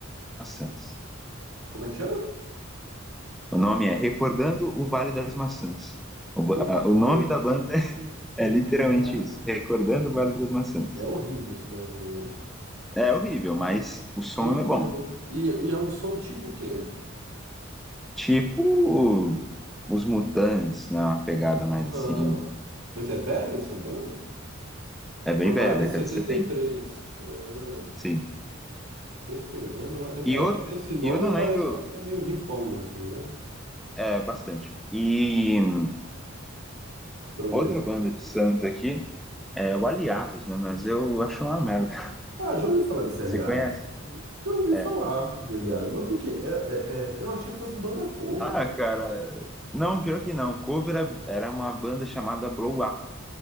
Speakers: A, in the centre; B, on the right.
A: Maçãs.
B: Como é que chama?
A: O nome é Recordando o Vale das Maçãs. O, ba-
B: Recordando
A: a- o nome da banda <laughs> é
B: o
A: literalmente
B: Vale.
A: isso. Recordando o Vale das Maçãs.
B: É horrível esse nome, mesmo, hein?
A: É horrível, mas o som
B: Recordando.
A: é bom.
B: E, e é um som tipo o quê?
A: Tipo os Mutantes, né? Uma pegada mais assim.
B: Ah, mas é velha essa banda?
A: É bem
B: Formada
A: velha, década
B: em 73.
A: de 70.
B: Ah.
A: Sim.
B: Recordando vale. a-
A: E
B: É,
A: eu
B: por esse nome
A: e eu não
B: parece
A: lembro
B: até meio riponga, assim, né?
A: é, bastante. E hum,
B: Progressivo.
A: outra banda de Santos aqui é o Aliados, né? Mas eu acho uma merda. <laughs>
B: Ah, já ouvi falar desse Aliados.
A: Você conhece?
B: Já ouvi
A: É.
B: falar de Aliados. Mas o que que é? É- é- Eu achei que fosse banda cover,
A: Ah,
B: cara.
A: cara. Não, pior que não. Cover é- era uma banda chamada Blow Up.